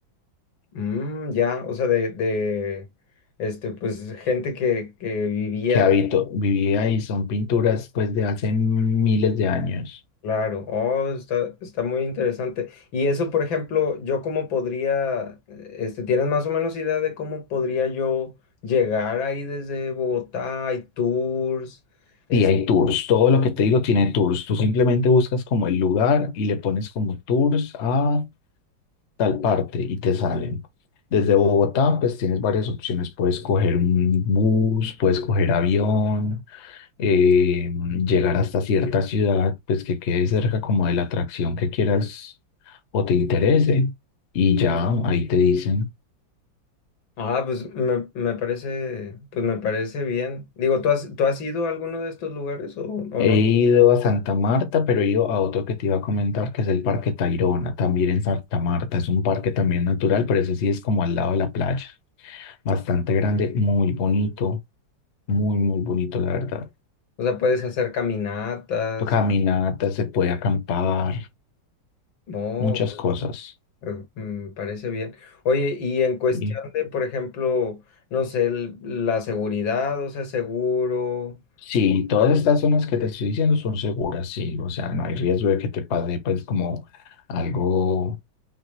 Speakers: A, on the left (about 85°); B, on the left (about 50°).
A: Mm, ya, o sea, de, de este, pues gente que, que vivía
B: que habito, vivía y son pinturas pues de hace miles de años.
A: Claro, oh, está, está muy interesante. Y eso, por ejemplo, yo cómo podría, este, ¿tienes más o menos idea de cómo podría yo llegar ahí desde Bogotá? Hay tours. es-
B: Sí, hay tours. Todo lo que te digo tiene tours. Tú simplemente buscas como el lugar y le pones como tours a tal parte y te salen. Desde Bogotá, pues tienes varias opciones. Puedes coger un bus, puedes coger avión, eh, llegar hasta cierta ciudad, pues que quede cerca como de la atracción que quieras o te interese. Y ya ahí te dicen.
A: ah, pues me, me parece, pues me parece bien. Digo, ¿tú has, tú has ido a alguno de estos lugares o, o
B: He
A: no?
B: ido a Santa Marta, pero he ido a otro que te iba a comentar, que es el Parque Tayrona, también en Santa Marta. Es un parque también natural, pero ese sí es como al lado de la playa. Bastante grande, muy bonito, muy, muy bonito, la verdad.
A: O sea, puedes hacer caminatas.
B: Caminata, se puede acampar,
A: No.
B: muchas cosas.
A: Eh, Me parece bien. Oye, y en cuestión
B: Y
A: de, por ejemplo, no sé, el- la seguridad, o sea, seguro.
B: sí,
A: o-
B: todas estas zonas que te estoy diciendo son seguras, sí. O sea, no hay riesgo de que te pase, pues, como algo